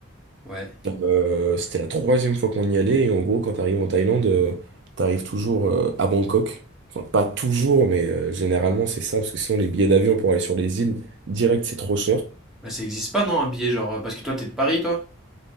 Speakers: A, in the centre; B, on the right.
A: ouais.
B: Euh, c'était la troisième fois qu'on y allait. Et en gros, quand t'arrives en Thaïlande, euh, t'arrives toujours euh, à Bangkok. Enfin, pas toujours, mais euh, généralement, c'est ça, parce que sinon, les billets d'avion pour aller sur les îles direct, c'est trop cher.
A: Bah, ça existe pas, non, un billet, genre. euh, Parce que toi, t'es de Paris, toi?